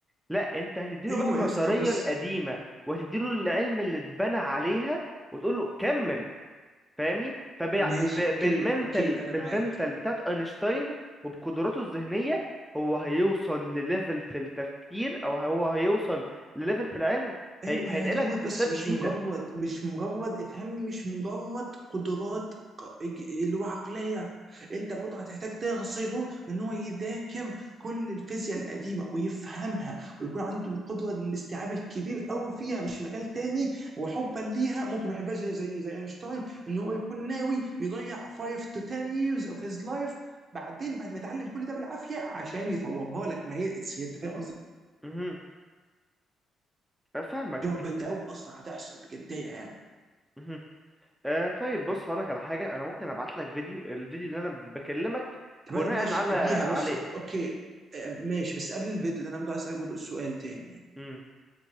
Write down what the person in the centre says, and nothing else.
لا انت هتديله
بقى النظريه
القديمه وهتديله العلم اللي اتبنى عليها وتقول له كمل فاهمني فبالمنتال
بالمنتال
بتاعت اينشتاين وبقدراته الذهنيه هو هيوصل لليفل في التفكير او هو هيوصل لليفل في العلم
هي... هينقلك
لستاب
جديده
امم فاهمك
امم آه طيب بص هقولك على حاجه انا ممكن ابعت لك فيديو الفيديو اللي انا بكلمك
بناء
على
عليه
امم